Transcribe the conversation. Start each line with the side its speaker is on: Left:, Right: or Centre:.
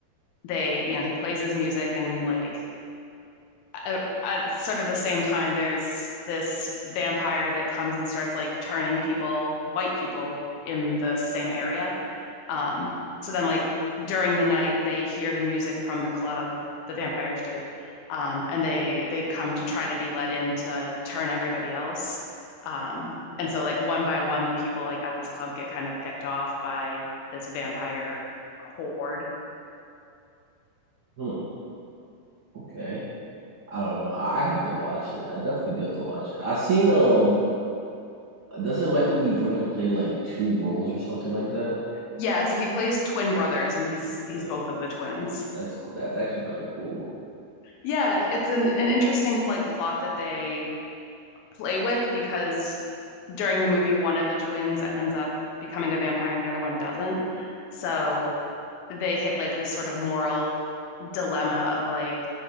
Left: they, you know, he plays his music, and like at, at sort of the same time, there's this vampire that comes and starts like turning people, white people, in the same area um, so then, like during the night, they hear the music from the club. The vampires do, um, and they they come to try to be let in to turn everybody else. Um, and so, like one by one, the people like at this club get kind of picked off by this vampire horde.
Right: Hmm. Okay. I don't know. I, I have to watch it. I definitely do have to watch it. I seen um doesn't Michael B. Jordan play like two roles or something like that?
Left: Yeah, so he plays twin brothers, and he's he's
Right: Yeah.
Left: both of the twins.
Right: That's cool. That's actually kind of cool.
Left: Yeah, it's an an interesting like plot that they play with because during the movie, one of the twins ends up becoming a vampire and the other one doesn't. So they hit like this sort of moral dilemma of like,